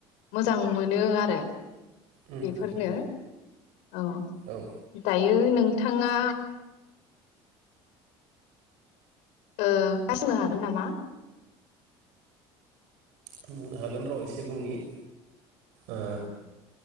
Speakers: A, on the left; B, on the right.
A: मोजां मोनो आरो
B: उम
A: बेफोरनो
B: उम उम
A: औ
B: औ
A: दायो नोंथाङा ओ <unintelligible> हागोन नामा
B: बुंनो हागोन र' एसे बुंनि ओ
A: औ